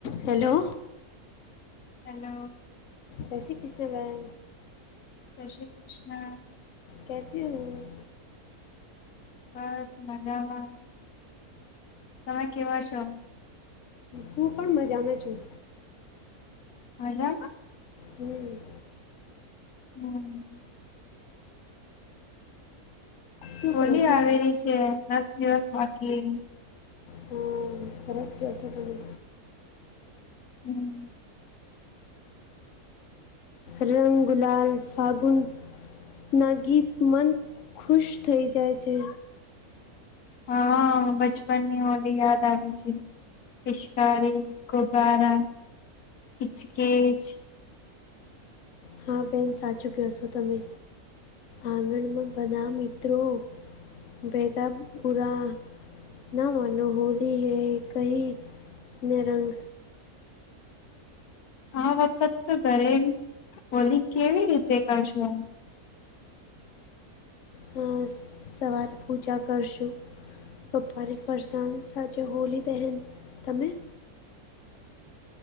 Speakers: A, on the left (about 60°); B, on the left (about 80°).
A: Hello.
B: Hello.
A: જે શ્રી કૃષ્ણ બેન.
B: જે શ્રી કૃષ્ણ.
A: કેસે હો?
B: બસ મજામાં. તમે કેવા છો?
A: હું પણ મજામાં છું.
B: મજામાં
A: હમ.
B: હમ.
A: શું
B: હોલી
A: કરો છો
B: આવેલી છે. દસ દિવસ બાકી.
A: હમ, સરસ કયો સો તમે.
B: હમ.
A: રંગ, ગુલાલ, ફાગુન ના ગીત મન ખુશ થઈ જાય છે.
B: હા બચપનની હોલી યાદ આવે છે. પિશકારી, ગુબારા, હિચકેચ.
A: હા બેન સાચું ક્યોસો તમે! આંગણ ના બધા મિત્રો ભેગા પુરા ના માનો હોલી હૈ કહી ને રંગ
B: આ વખત ઘરે હોલી કેવી રીતે કરશો?
A: હ સવારે પૂજા કરશું. બપોરે ફરસાણ, સાંજે હોળી દહેન. તમે?